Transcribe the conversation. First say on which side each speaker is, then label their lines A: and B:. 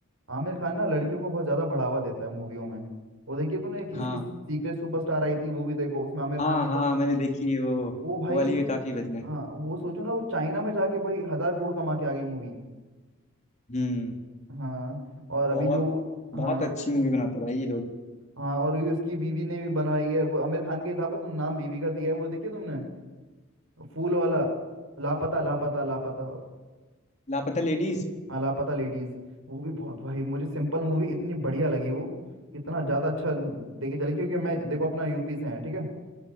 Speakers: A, on the right (about 70°); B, on the left (about 35°).
A: आमिर खान ना लड़कियों को बहुत ज्यादा बढ़ावा देता है मूवियों में वो देखिए तुमने एक-
B: हाँ
A: इसकी सीक्रेट सुपरस्टार आई थी वो भी देखो उसमें आमिर
B: हाँ
A: खान नहीं
B: हाँ
A: था
B: मैंने देखी है वो
A: वो भाई
B: वो वाली भी काफी बढ़िया है।
A: हाँ वो सोचो ना वो चाइना में जाके भाई हजार करोड़ कमा के आ गई मूवी
B: हम्म
A: हाँ और अभी
B: बहुत
A: जो हाँ
B: बहुत अच्छी मूवी बनाते हैं भाई ये लोग
A: हाँ और ये उसकी बीवी ने भी बनवाई है वो आमिर खान का ही था मतलब नाम बीवी का दिया है वो देखिए तुमने फूल वाला लापता लापता लापता
B: लापता लेडीज
A: लापता लेडीज वो भी बहुत भाई मुझे सिंपल मूवी इतनी बढ़िया लगी वो इतना ज़्यादा अच्छा देखे चले क्योंकि मैं देखो अपना यूपी से है ठीक है